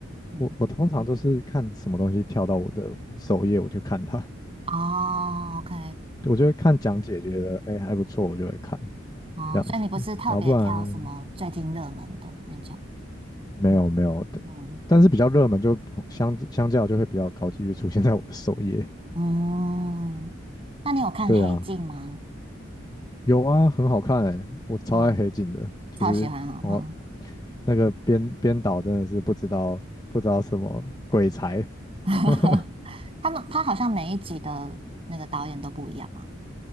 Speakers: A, on the right; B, on the left.
A: 嗯
B: 我我通常都是看什么东西跳到我的首页，我就看它，
A: 哦，OK
B: 我就会看讲解，觉得哎还不错，我就会看
A: 哦，
B: 这样子。
A: 所以你不是特别挑什么最近热门的那种？
B: 然后不然没有没有的，
A: 嗯嗯
B: 但是比较热门就相相较就会比较高几率出现在我的首页。
A: 嗯，那你有看《黑镜》吗？
B: 对啊，有啊，很好看诶，我超爱黑镜的，
A: 嗯，
B: 就是哦，
A: 超喜欢哦，嗯，
B: 那个编编导真的是不知道不知道什么鬼才，
A: <laughs>
B: <laughs>
A: 他们他好像每一集的那个导演都不一样嘛，